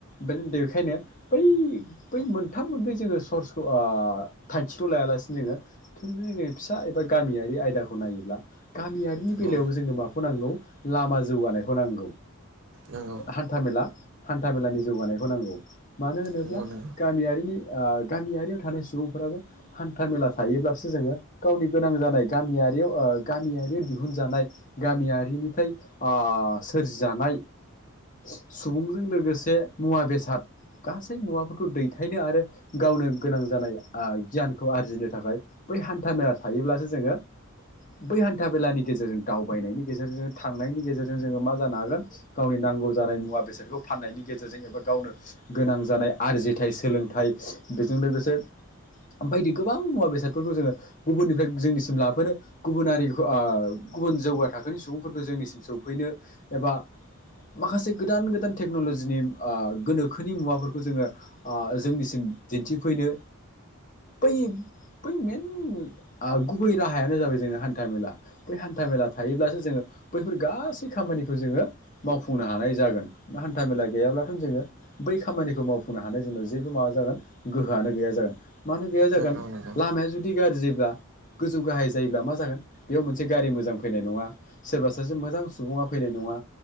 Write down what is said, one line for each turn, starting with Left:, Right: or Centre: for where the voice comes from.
Left: बेनि बेखायनो बै बै मोनथाम मोनब्रै जोङो सर्सखौ ओ थांखिखौ लायालासिनो थोंजोङै जों फिसा एबा गामियारि आयदाखौ नायोब्ला गामियारिनि बेलायावबो
Right: औ
Left: जोंनो माखौ नांगौ लामा जौगानायखौ नांगौ।
Right: नंगौ
Left: हान्थामेला, हान्था मेलानि जौगानायखौ नांगौ। मानो होनोब्ला
Right: नंगौ नंगौ
Left: गामियारिनि ओ गामियारियाव थानाय सुबुंफ्राबो हान्था मेला थायोब्लासो जोङो गावनि गोनां जानाय गामिया रियाव ओ गामियारियाव दिहुनजानाय गामियारिनिफ्राय ओ सोरजिजानाय सु-सुबुंजों लोगोसे मुवा बेसाद गासै मुवाफोरखौ दैथायनो आरो गावनो गोनां जानाय ओ गियानखौ आरजिनो थाखाय बै हान्था मेला थायोब्लासो जोङो बै हान्था मेलानि गेजेरजों दावबायनायनि गेजेरजों थांनायनि गेजेरजों जोङो मा जानो हागोन गावनि नांगौ जानाय मुवा बेसादखौ फाननायनि गे जो-जों एबा गावनो गोनां जानाय आरजिथाइ सोलोंथाइ बेजों लोगोसे ओमबायदि गोबां मुवा बेसादफोरखौ जोङो गुबुननिफ्राय जोंनिसिम लाबोनो गुबुन हारिखौ ओ गुबुन जौगा थाखोनि सुबुंफोरखौ जोंनिसिम सौफैनो एबा माखासे गोदान गोदान थेक्न'ल'जिनि ओ गोनोखोनि मुवाफोरखौ जोङो ओ जोंनिसिम दिन्थिफैनो बै बै मेन ओ गुबै राहायानो जाबाय जोंना हान्था मेला बै हान्था मेला थायोब्लासो जोङो बैफोर गासै खामानिखौ जोङो मावफुंनो हानाय जागोन हान्था मेला गैयाब्ला जोंङो बै खामानिखौ मावफुंनो हानाय जोंनाव जेबो माबा जागोन गोहोआनो गैया जागोन मानो गैया जागोन
Right: नंगौ नंगौ
Left: लामाया जुदि गाज्रिब्ला गोजौ गाहाय जायोब्ला मा जागोन बेयाव मोनसे गारि मोजां फैनाय नङा सोरबा सासे मोजां सुबुङा फैनाय नङा